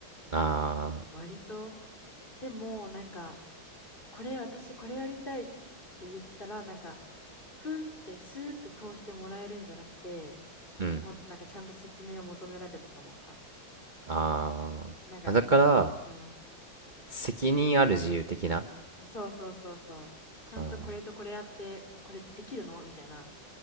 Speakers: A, on the right; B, on the left.
A: あ
B: ん、割と。でも、なんか、これ、私、これやりたいって言ったら、なんか、ふんって、スーって通してもらえるんじゃなくて、
A: あー、うん。
B: もっとなんか、ちゃんと説明を求められることもあった。
A: ああ。
B: なんか、
A: だから、
B: うん、
A: 責任ある自由的な
B: そうそうそうそう。ちゃんとこれとこれやって、
A: あー
B: これできるのみたいな。